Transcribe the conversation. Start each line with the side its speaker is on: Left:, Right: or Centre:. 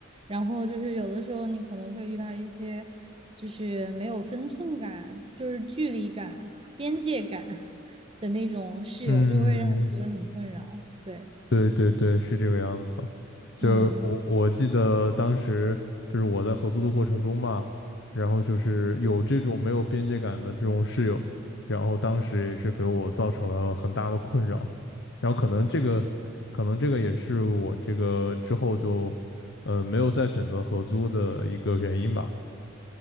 Right: 然后就是有的时候你可能会遇到一些就是没有分寸感、就是距离感、边界感 <laughs> 的那种室友，
Left: 嗯。
Right: 就会让人觉得很困扰，对，
Left: 对对对，是这个样子的。就是我我记得当时就是我在合租的过程中嘛，
Right: 嗯。
Left: 然后就是有这种没有边界感的这种室友，然后当时也是给我造成了很大的困扰。然后可能这个，可能这个也是我这个之后就，呃，没有再选择合租的一个原因吧。